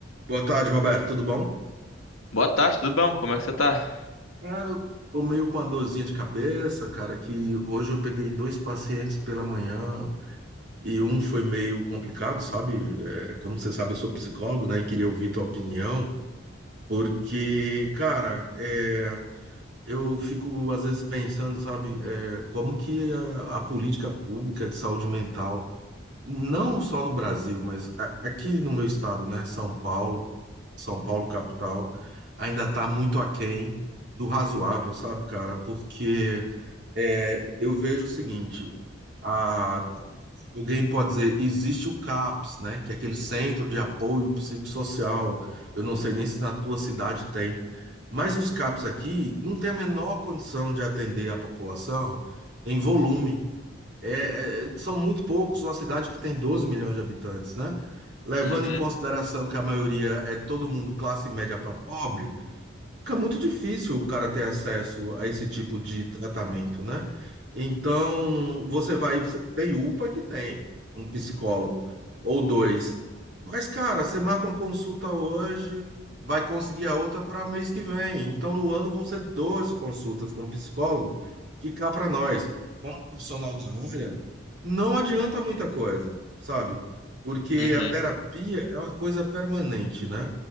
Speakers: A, on the right; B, on the left.
A: Boa tarde, Roberto. Tudo bom?
B: Boa tarde, tudo bom? Como é que você tá?
A: É, eu tô meio com uma dorzinha de cabeça, cara, que hoje eu peguei dois pacientes pela manhã e um foi meio complicado, sabe? É, como você sabe, eu sou psicólogo, né? E queria ouvir tua opinião, porque, cara, é, eu fico às vezes pensando, sabe, é, como que a, a política pública de saúde mental não só no Brasil, mas a- aqui no meu estado, né, São Paulo, São Paulo capital, ainda está muito aquém do razoável, sabe, cara? Porque é, eu vejo o seguinte, a- alguém pode dizer, existe o CAPS, né, que é aquele Centro de Apoio Psicossocial, eu não sei nem se na tua cidade tem, mas os CAPS aqui não tem a menor condição de atender a população em volume. É, é, são muito poucos, uma cidade que tem 12 milhões de habitantes, né? Levando
B: Uhum,
A: em consideração que a maioria é todo mundo classe média para pobre, Fica muito difícil o cara ter acesso a esse tipo de tratamento, né? Então, você vai, você tem UPA que tem um psicólogo ou dois. Mas, cara, você marca uma consulta hoje, vai conseguir a outra para mês que vem. Então, no ano vão ser 12 consultas com um psicólogo, que cá para nós, como profissional da área, não adianta muita coisa, sabe? Porque
B: uhum.
A: a terapia é uma coisa permanente, né?